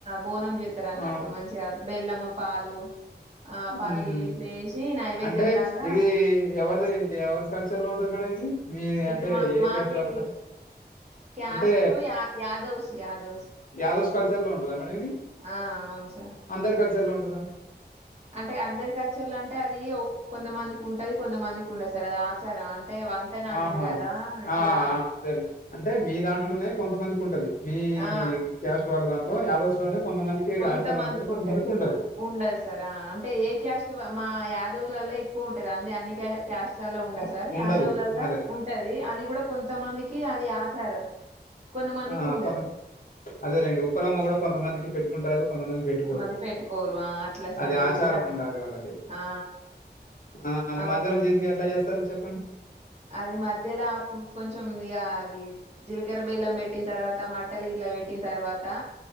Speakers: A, on the right; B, on the left.
A: బోనం జేత్తరన్నట్టు
B: ఆ!
A: మంచిగా బెల్లము, పాలు ఆహ్, పల్లీలు
B: ఉమ్
A: ఇట్లా ఏసి నైవేద్యం
B: అంటే
A: లాగా
B: ఇది ఎవరిదగ్ ఇది ఎవరి కల్చర్ ల్లో ఉంటది మేడం ఇది మీ
A: ఇటు
B: అంటే
A: మా
B: ఏ
A: మాకేలి,
B: క్యాస్ట్ వాళ్ళక
A: క్యాస్టు
B: అంటే
A: యా యాదవ్స్ యాదవ్స్
B: యాదవ్స్ కల్చర్ లో ఉంటదా మేడం ఇది?
A: ఆ! అవును సార్.
B: అందరి కల్చర్ లో ఉంటదా?
A: అంటే అందరికల్చర్ల అంటే అది ఓ కొంతమందికుంటది, కొంతమందికి ఉండది సార్ అది ఆచారం అంట్ అంటే వంతేనా అంట్రూ
B: ఆహా
A: గదా ఇట్లా
B: ఆ, ఆ, అదేలే అంటే మీ దాంట్లనే కొంతమందికుంటది, మీ
A: ఆ!
B: క్యాస్ట్ వాళ్ళ దాంట్లో యాదవ్స్ లోనే కొంతమందికి
A: కొంతమందికుంటది,
B: ఆచారం ఉంటది కొంతమందికి ఉండదు
A: ఉండదు సార్ అంటే ఏ క్యాస్ట్ ట్ వ మా యాదవులళ్ళ ఎక్ క్కువుంటది అంది అన్ని క్యా క్యాస్ట్ లల్ల ఉండదు
B: ఉ-
A: సార్
B: ఉండదు
A: యాదవ్ లల్ల
B: అదే
A: ఉంటది అదిగూడ కొంతమందికి అది ఆచారం కొంతమందికి
B: ఆ
A: ఉండదు.
B: కొంతమం అదేలేండి ఉప్పలమ్మ గూడ కొంతమందికి పెట్టుకుంటారు కొంతమంది బెట్టుకోరు,
A: కొంతమంది పెట్టుకోరు. ఆ! అట్లా సార్
B: అది
A: ఇది
B: ఆచారం
A: గూడా అన్
B: ఉండాలి వాళ్ళకి
A: ఆ!
B: ఆ అది
A: అవును.
B: మధ్యలో జేసి ఎట్ల చేస్తరు చెప్పండి?
A: అది మధ్యలా ఉమ్ కొంచెం ఇగా అది జిలకర్ర బెల్లం బెట్టిన్తర్వాత మట్టలు గిట్ల బెట్టిన్తర్వాతా